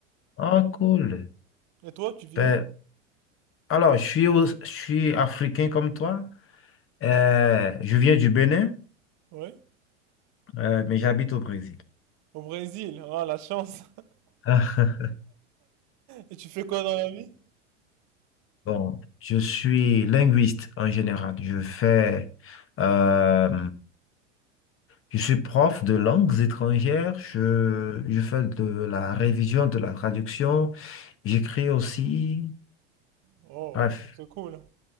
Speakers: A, on the left; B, on the right.
A: Oh, cool.
B: Et toi tu vis
A: Ben,
B: où?
A: alors, je suis, au- je suis africain comme toi. Euh, je viens du Bénin,
B: Oui?
A: euh, mais j'habite au Brésil.
B: Au Brésil, ah la chance! <laughs>
A: <laughs>
B: Et tu fais quoi dans la vie?
A: Bon, je suis linguiste en général. Je fais euh, Je suis prof de langues étrangères, je, je fais de la révision, de la traduction, j'écris aussi.
B: Oh,
A: Bref.
B: c'est cool.